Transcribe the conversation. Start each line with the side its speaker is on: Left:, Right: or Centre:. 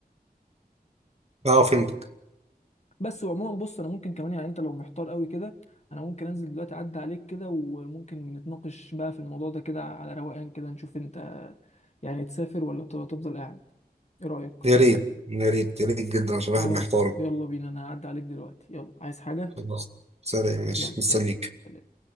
Right: اه فهمت
Left: بس وعموما بص انا ممكن كمان يعني انت لو محتار قوي كده انا ممكن انزل دلوقتي اعدي عليك كده وممكن نتناقش بقى في الموضوع ده كده على روقان كده نشوف انت يعني تسافر ولا ت- تفضل قاعد ايه رأيك
Right: يا ريت يا ريت يا ريت جدا عشان
Left: خلاص
Right: الواحد محتار
Left: يلا بينا انا هعدي عليك دلوقتي يلا عايز حاجة
Right: خلاص سلام ماشي
Left: يلا
Right: مستنيك
Left: سلام سلام